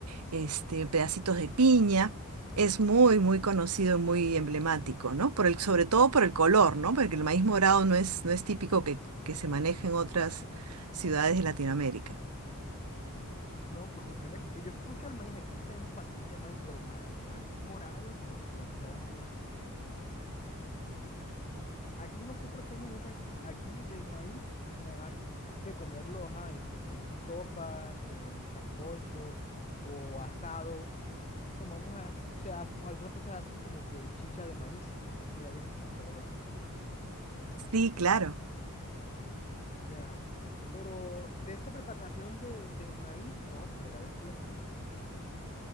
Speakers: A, on the right (about 80°); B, on the left (about 30°).
A: este, pedacitos de piña. Es muy, muy conocido y muy emblemático, ¿no? Por el, sobre todo por el color, ¿no? Porque el maíz morado no es, no es típico que, que se maneje en otras ciudades de Latinoamérica.
B: No, porque primero yo escucho el maíz, aquí tenemos bastante maíz, pero ma- maíz morado, no, esa es la primera vez que lo escucho. Aquí nosotros hacemos una, ch- aquí el maíz, además de comerlo, ajá, en, en sopas, en sancocho o asado, tomamos, as- o sea, as- algunas personas hacen como que chicha de maíz, no sé si la hayas escuchado antes.
A: Sí, claro.
B: Ya, pero de esa preparación de, de maíz, no, primera vez que la escucho.